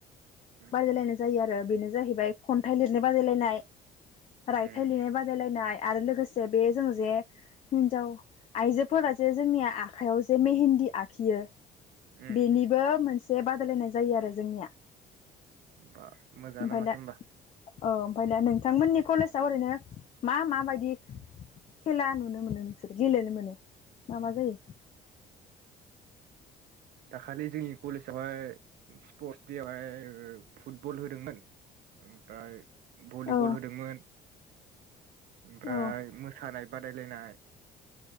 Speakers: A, on the right; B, on the left.
A: उम
B: बादायलायनाय जायो आर ओ बेनो जाहैबाय खन्थाइ लिरनाय बादायलायनाय। रायथाइ
A: उम
B: लिरनाय बादायलायनाय आरो लोगोसे बे जों जे हिनजाव आइजोफोरा जे जोंनि आखाइायाव जे मेहेन्दि आखियो
A: उम
B: बेनिबो मोनस से बादायलायनाय जायो आरो जोंनिया।
A: बा मोजाङानो
B: ओमफ्राय
A: माथो
B: दा
A: होनबा।
B: औ ओमफाय दा नोंथांमोननि कलेजाव ओरैनो मा माबायदि खेला नुनो मोनो नोंसोर गेलेनो मोनो? मा मा जायो?
A: दाखालि जोंनि कलेजावहाय स्पर्टस देआवहाय फुटबल होदोंमोन ओमफ्राय भलिबल
B: औ
A: होदोंमोन। ओमफ्राय
B: औ
A: मोसानाय बादायलायनाय